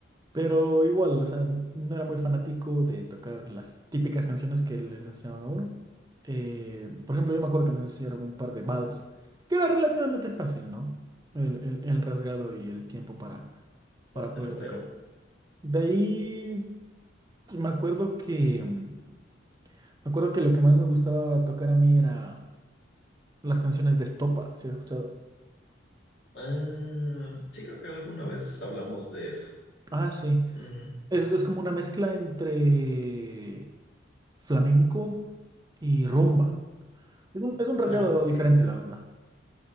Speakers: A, on the right (about 20°); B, on the left (about 75°).
A: Pero igual, o sea, no era muy fanático de tocar las típicas canciones que les enseñaban a uno. Eh, por ejemplo, yo me acuerdo que nos hicieron un par de vals, que era relativamente fácil, ¿no? El, el- el rasgado y el tiempo para, para
B: ¿Cuál del
A: poder
B: obrero?
A: tocar. De ahí, pues, me acuerdo que, mm, me acuerdo que lo que más me gustaba tocar a mí era las canciones de estopa, si has escuchado?
B: Ah, sí, creo que alguna vez hablamos de eso.
A: Ah, sí.
B: Mm,
A: Es, es como una mezcla entre flamenco y rumba. Es un, es un rasgado
B: flamenco.
A: diferente, la verdad.